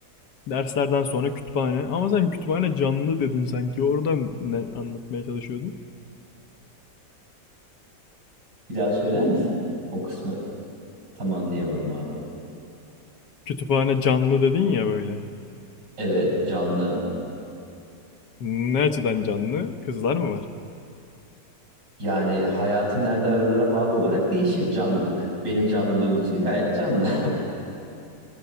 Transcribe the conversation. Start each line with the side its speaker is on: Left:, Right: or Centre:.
Left: Derslerden sonra kütüphane. Ama sen kütüphane canlı dedin sanki. Oradan ne anlatmaya çalışıyordun?
Right: Bir daha söyler misin? O kısmı tam anlayamadım abi.
Left: Kütüphane canlı dedin ya böyle.
Right: Evet, canlı.
Left: Ne açıdan canlı? Kızlar mı var?
Right: Yani hayatı nerede aradığına bağlı olarak değişir canlılık. Benim canlılığım için gayet canlı.